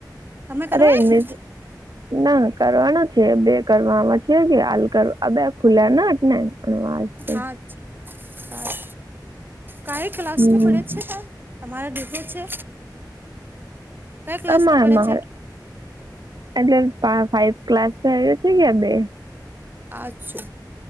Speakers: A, on the right; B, on the right.
A: તમે કરવાય
B: અરે
A: છે
B: <unintelligible> ના કરવાનો છે બે કરવામાં છે કે હાલ બે ખુલ્યા ના જ ને વાસ્તે
A: હા હ કઈ ક્લાસને
B: હમ
A: પડે છે તમ તમારે દસો છે કઈ ક્લાસમાં
B: તમાર
A: પડે
B: મારે
A: છે
B: એટલે ફાઈવ ક્લાસ આવ્યો છે કે બે
A: અછો